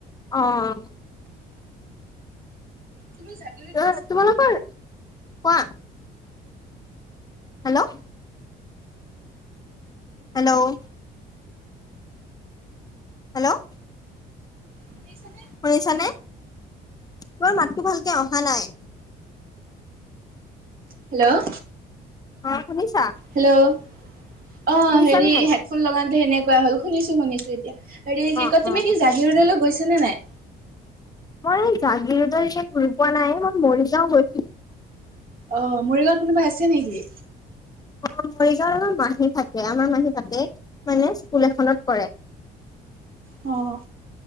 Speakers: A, on the left (about 20°); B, on the right (about 55°).
A: অ',
B: তুমি জগিৰোত
A: ত
B: গৈছে
A: তোমালোকৰ
B: নাই
A: কোৱা হেল্ল', হেল্ল' হেল্ল',
B: শুনিছানে
A: শুনিছানে তোৰ মাতটো ভালকে অহা নাই
B: হেল্ল',
A: অ শুনিছা
B: হেল্ল' অ',
A: শুনিছা
B: হেৰি
A: নাই?
B: হেডফোন লগাটো সেনেকুৱা হল শুনিছো শুনিছো এতিয়া হেৰি কি
A: অ',
B: কয়
A: অ',
B: তুমি কি জাগিৰোদৰ গৈছা নে নাই
A: মই জাগিৰোদৰ ঘুৰি পোৱা নাই মই মৰি যাও গৈছো
B: অ মৰিগাঁৱত কোনোবা আছে নেকি
A: অ', মৰিগাঁও আমাৰ মাহী থাকে আমাৰ মাহী তাকে মানে স্কুল এখনত কৰে
B: অঁ